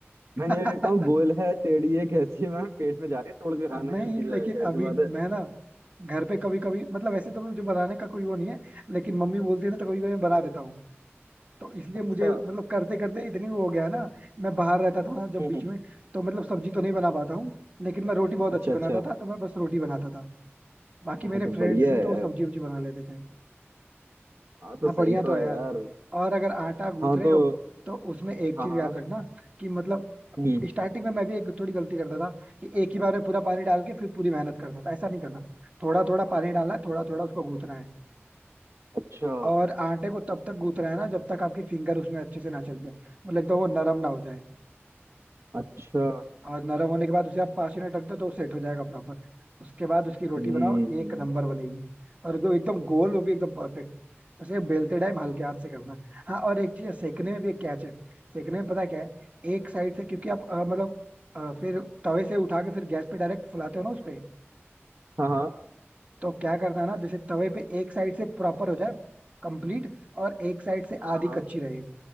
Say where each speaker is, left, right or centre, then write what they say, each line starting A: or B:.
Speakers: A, on the right; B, on the right.
A: मैंने
B: हाँ
A: ये देखता हूँ
B: <laughs>
A: गोल है टेढ़ी है कैसी है मैम पेट में जा रही है तोड़ के खाना
B: नहीं
A: है जैसी
B: लेकिन
A: भाई जाहिर
B: अभी
A: सी बात है
B: मैं ना घर पे कभी कभी मतलब वैसे तो मुझे बनाने का कोई वो नहीं है लेकिन मम्मी बोलती है ना तो कभी कभी मैं बना देता हूँ तो इसलिए
A: अच्छा
B: मुझे मतलब करते करते इतनी वो हो गया ना मैं बाहर रहता था ना जब
A: हम्म,
B: बीच में तो मतलब सब्जी तो नहीं बना पाता हूँ लेकिन मैं रोटी बहुत
A: अच्छा
B: अच्छी बनाता
A: अच्छा
B: था तो मैं बस रोटी बनाता था बाकी मेरे
A: हाँ तो
B: फ्रेंड्स
A: बढ़िया
B: से
A: है
B: तो वो सब्जी वब्जी बना लेते थे
A: हाँ तो
B: हाँ
A: सही
B: बढ़िया तो
A: तो
B: है
A: है
B: यार
A: यार
B: और अगर आटा गूंथ
A: हाँ
B: रहे
A: तो
B: हो तो उसमें एक
A: हाँ
B: चीज
A: हाँ
B: याद रखना कि मतलब
A: हम्म।
B: स्टार्टिंग में मैं भी एक थोड़ी गलती करता था कि एक ही बार में पूरा पानी डाल के फिर पूरी मेहनत करता था ऐसा नहीं करना थोड़ा थोड़ा पानी डालना है थोड़ा थोड़ा उसको गूंथना है
A: अच्छा
B: और आटे को तब तक गूंथना है ना जब तक आपकी फिंगर उसमें अच्छे से ना चल जाए मतलब एकदम वो नरम ना हो जाए
A: अच्छा
B: और नरम होने के बाद उसे आप पाँच मिनट रख दो तो वो सेट हो जाएगा प्रॉपर उसके बाद उसकी रोटी
A: हम्म
B: बनाओ एक नंबर बनेगी और वो एकदम गोल वो भी एकदम परफेक्ट बस ये बेलते टाइम हल्के हाथ से करना हाँ और एक चीज है, सेकने में भी एक कैच है सेकने में पता क्या है एक साइड से क्योंकि आप अ, मतलब अ, फिर तवे से उठा के फिर गैस पे डायरेक्ट फुलाते हो ना उस पे
A: हाँ हाँ
B: तो क्या करना है ना जैसे तवे पे एक साइड से प्रॉपर हो जाए कंप्लीट और एक साइड से आधी
A: हाँ हाँ
B: कच्ची रहे